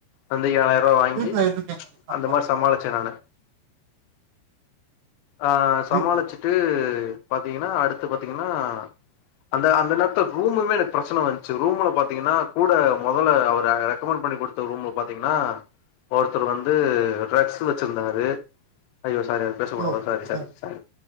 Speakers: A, on the left; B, on the right.
A: வந்து ஏழாயிர்வா வாங்கி
B: வீட்டுல எது கேக்குது சம்பளம்
A: அந்த மார் சமாளிச்சே நானு ஆ சமாளிச்சுட்டு
B: வீட்டுல
A: பாத்தீங்கினா அடுத்து பாத்தீங்கினா அந்த அந்த நேரத்ல ரூமுமே எனக் பிரச்சன வந்ச்சு ரூமுல பாத்தீங்கின்னா கூட மொதல அவர ரெக்கமெண்ட் பண்ணி குடுத் த்த ரூம்ல பாத்திங்னா ஒருத்தர் வந்து டிரக்ஸு வெச்சிருந்தாரு ஐயோ சாரி அது பேச கூடாதா
B: ஓ
A: சாரி
B: அதான்.
A: சாரி சாரி